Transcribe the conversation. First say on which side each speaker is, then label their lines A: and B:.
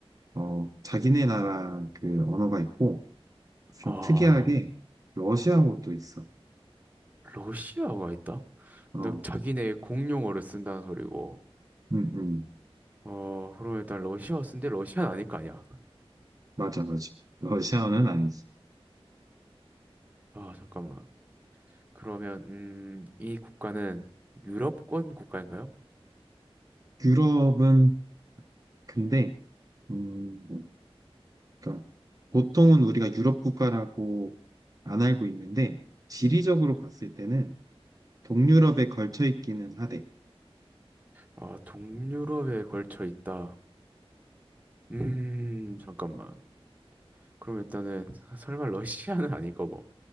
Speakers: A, on the right; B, on the right.
A: 어, 자기네 나라 그 언어가 있고 좀
B: 아,
A: 특이하게 러시아어도 있어.
B: 러시아가 있다?
A: 어,
B: 근데 자기네 공용어를 쓴다는 소리고.
A: 음, 음.
B: 어, 그러면 일단 러시아쓰 쓴데 러시아는 아닐 거 아니야.
A: 맞아, 맞아. 러시아어는 아니지.
B: 아, 잠깐만. 그러면, 음, 이 국가는 유럽권 국가인가요?
A: 유럽은 근데 음, 그러니까 보통은 우리가 유럽 국가라고 안 알고 있는데 지리적으로 봤을 때는 동유럽에 걸쳐 있기는 하대.
B: 아, 동유럽에 걸쳐 있다. 음, 잠깐만. 그럼 일단은, 설마 러시아는 <laughs> 아닐 거고.